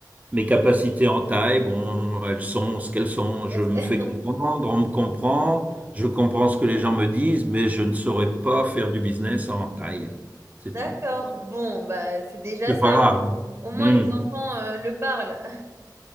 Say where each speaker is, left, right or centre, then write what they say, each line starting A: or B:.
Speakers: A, on the right (about 20°); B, on the right (about 40°).
A: mes capacités en taille, bon, elles sont ce qu'elles sont. Je
B: Est-ce
A: me
B: que-
A: fais comprendre, on me comprend, je comprends ce que les gens me disent, mais je ne saurais pas faire du business en taille,
B: <laughs>
A: c'est
B: D'accord.
A: tout. Voilà.
B: Bon, bah, c'est déjà
A: C'est
B: ça.
A: pas grave. hein.
B: Au moins,
A: Hmm.
B: les enfants euh, le parlent. <laughs>